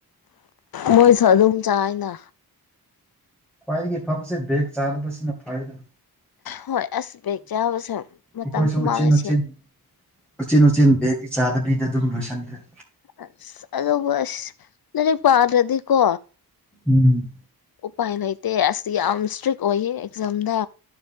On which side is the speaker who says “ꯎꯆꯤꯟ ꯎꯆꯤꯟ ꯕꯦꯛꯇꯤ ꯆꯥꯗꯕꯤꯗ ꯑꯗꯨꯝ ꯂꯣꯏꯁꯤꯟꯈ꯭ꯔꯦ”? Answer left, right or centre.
Centre